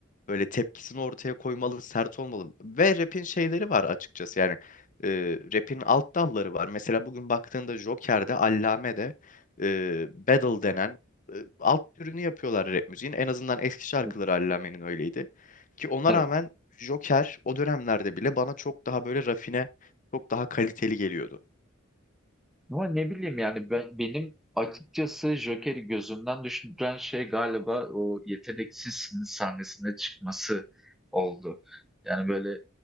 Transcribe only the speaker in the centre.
Evet.
Evet.
Ama ne bileyim yani ben, benim açıkçası Joker'i gözümden düşüren şey galiba o yeteneksizsiniz sahnesine çıkması oldu. Yani böyle